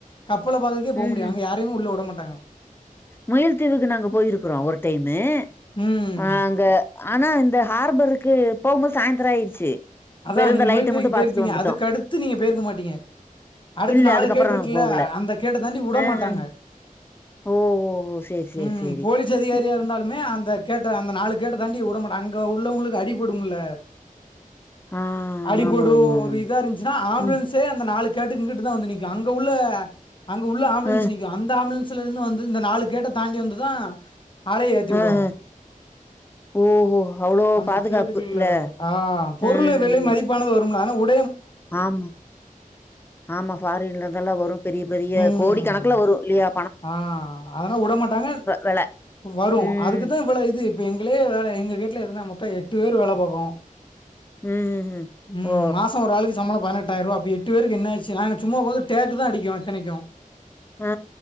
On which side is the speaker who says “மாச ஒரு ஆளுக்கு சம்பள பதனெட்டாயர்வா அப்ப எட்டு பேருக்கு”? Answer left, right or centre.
Left